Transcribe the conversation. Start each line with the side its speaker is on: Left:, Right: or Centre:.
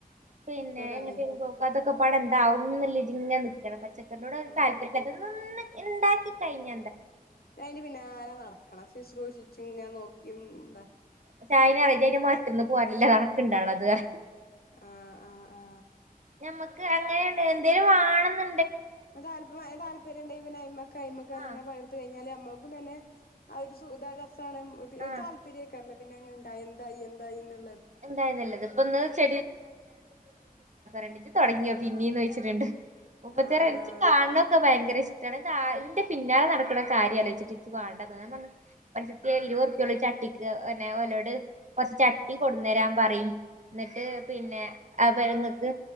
Right: പിന്നെ
Left: അതാണ്
Right: എങ്ങട്ടേലും പോക്ക് അതൊക്കെ പ്പാടെ എന്താവും ന്ന്ല്ല ഇതി ഇങ്ങനെ നിക്കാണ് പച്ച ക്കറിന്നോടൊരു
Left: ആ
Right: താല്പര്യല്ല
Left: ആ
Right: <unintelligible> ഇണ്ടാക്കി കഴിഞ്ഞ
Left: പിന്നെഅയിന്റെ പിന്നാലെ നടക്കണം സിശ്രൂഷിച്ചും ഇങ്ങനെ നോക്കിയും <unintelligible>
Right: <unintelligible> പറിം ഇജയിൻ്റെ മൊരട്ട്ന്ന് പോരലില്ല അതാണൊക്കെ ഇണ്ടാവണത് പറിം
Left: ആ ആ ആ
Right: ഞമ്മക്ക് അങ്ങനെ <unintelligible> എന്തേലും വാണന്നു
Left: <unintelligible> താല്പര്യോണ്ടങ്കി പിന്നെ അയ്മെക്ക് <unintelligible>
Right: ആഹ്
Left: നമുക്കും തന്നെ ആ ഒരു സു <unintelligible> സാണ് ഇത്
Right: ആഹ്
Left: താല്പര്യ കാരണം പിന്നെ ങ്ങ്ണ്ടായിഎന്തായി എന്തായീന്
Right: <inaudible> ഒന്ന് <unintelligible> രണ്ട് <unintelligible> <unintelligible>
Left: ആഹ്
Right: നിക്ക്
Left: ആഹ്
Right: കാണതൊക്കെ ഭയങ്കരീഷ് <unintelligible> ഇതിന്റെ പിന്നാലെ നടക്കണ കാര്യാലോചിച്ചിട്ട് നിക്ക് ബാണ്ട <unintelligible> പക്ഷേ ഇരു ന്നെ കട്ടിക്ക് ഒന്നേകാലൊള്ള് കൊറച്ച് ചട്ടി വരാൻ പറയും ന്നിട്ട് പിന്നെ <unintelligible> ങ്ങക്ക്